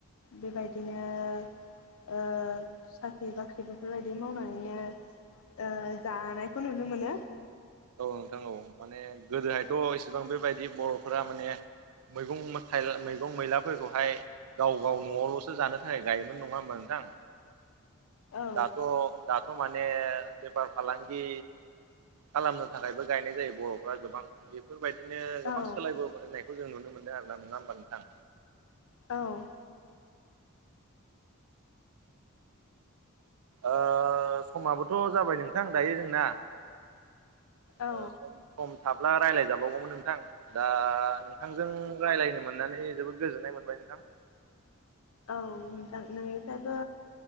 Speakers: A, on the left (about 70°); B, on the right (about 80°).
A: बेबायदिनो ओ साख्रि बाख्रि बेफोरबायदि मावनानै नो ओ जानायखौ नुनो मोनो।
B: औ नोंथां औ माने गोदोहायथ' इसेबां बेबायदि बर'फोरा माने मैगं थाइला मैगं मैलाफोरखौहाय गाव गाव न'आवल'सो जानो थाखाय गायोमोन नङा होमबा नोंथां?
A: औ
B: दाथ' दाथ' माने बेफार फालांगि खालामनो थाखायबो गायनाय जायो बर'फ्रा गोबां बेफोरबायदिनो गोबां
A: औ
B: सोलायबो नायखौ जों नुनो मोनदों आरोना नङा होमबा नोंथां?
A: औ।
B: ओ समाबोथ' जाबाय नोंथां दायो जोंना।
A: औ
B: ओ सम सम थाब्ला रायज्लायजाबावगौमोन नोंथां, दा नोंथांजों रायलायनो मोननानै जोबोद गोजोननाय मोनबाय नोंथां।
A: औ नोंथां नोंनिफ्रायबो